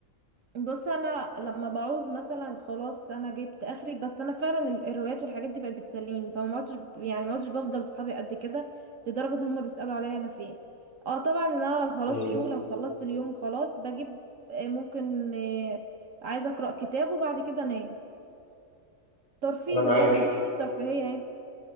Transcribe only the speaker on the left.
مم.
أنا معاك